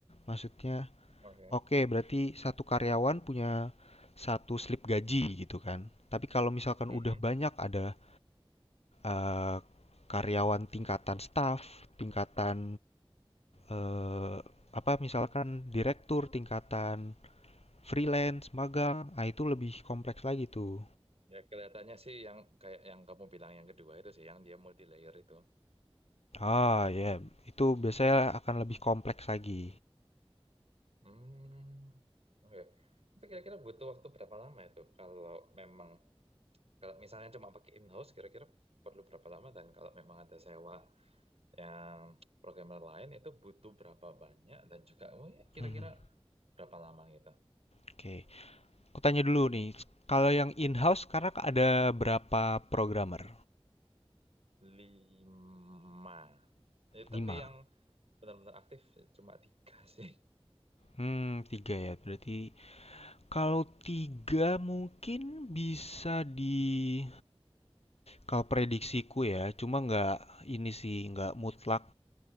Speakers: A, on the left; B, on the right.
A: maksudnya
B: Oke.
A: Oke, berarti satu karyawan punya satu slip gaji gitu kan. Tapi kalau misalkan
B: Mm-mm.
A: udah banyak ada eh, karyawan tingkatan staff, tingkatan eh, apa misalkan direktur, tingkatan freelance, magang, ah itu lebih kompleks lagi tuh.
B: Ya kelihatannya sih yang kayak yang kamu bilang yang kedua itu sih yang dia multi layer itu.
A: Ah ya, itu biasanya akan lebih kompleks lagi.
B: Hmm. Oke. Itu kira-kira butuh waktu berapa lama itu kalau memang kalau misalnya cuma pakai in-house kira-kira perlu berapa lama dan kalau memang ada sewa Yang programmer lain itu butuh berapa banyak dan juga oh ya, kira-kira
A: Hmm,
B: berapa lama gitu?
A: oke. Aku tanya dulu nih, kalau yang in-house sekarang ada berapa programmer?
B: Lima. Eh,
A: 5?
B: tapi yang benar-benar aktif ya cuma tiga <laughs> sih.
A: Hmm, tiga ya. Berarti Kalau 3 mungkin bisa di kalau prediksiku ya, cuma nggak ini sih, nggak mutlak.